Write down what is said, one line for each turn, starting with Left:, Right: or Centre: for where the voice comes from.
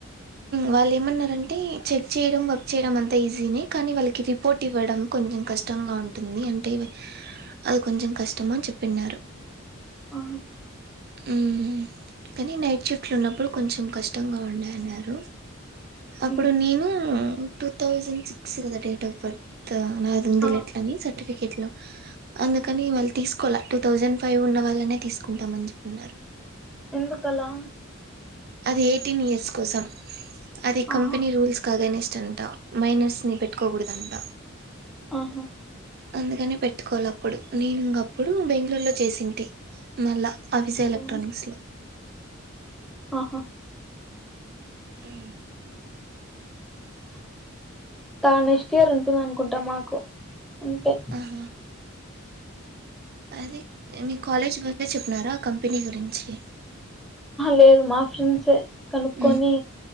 Right: వాళ్ళు ఏమన్నారంటే చెక్ చేయడం వర్క్ చేయడం అంత ఈజీనే కానీ వాళ్ళకి రిపోర్ట్ ఇవ్వడం కొంచెం కష్టంగా ఉంటుంది అంటే అది కొంచెం కష్టం అని చెప్పిన్నారు
Centre: ఆ
Right: హు కానీ నైట్ షిఫ్ట్ లో ఉన్నప్పుడు కొంచెం కష్టంగా ఉండ అన్నారు అప్పుడు
Centre: ఉమ్.
Right: నేను టూ థౌజండ్ సిక్స్ కదా డేట్ ఆఫ్ బర్త్ <unintelligible>
Centre: ఆ, ఉమ్.
Right: వాళ్ళనే తీసుకుంటామని చెప్తున్నారు
Centre: ఎందుకలా
Right: అది ఎయిటీన్ ఇయర్స్ కోసం అది
Centre: ఆహా,
Right: కంపెనీ రూల్స్ కాగనే <unintelligible> మైనర్స్ ని పెట్టుకోకూడదంట
Centre: ఆహా
Right: అందుకని పెట్టుకోల అప్పుడు నేను ఇంగ అప్పుడు బెంగళూరు లో చేసింటి మళ్ళా ఆ విజయ్ ఎలక్ట్రానిక్స్లో
Centre: ఉమ్. ఆహా
Right: హు
Centre: <unintelligible> నెక్స్ట్ ఇయర్ ఉంటుంది అనుకుంట మాకు ఉంటే
Right: ఆహా అది మీ కాలేజ్ ముందే చెప్పినారా ఆ కంపెనీ గురించి
Centre: లేదు మా ఫ్రెండ్సే కనుక్కొని
Right: మ్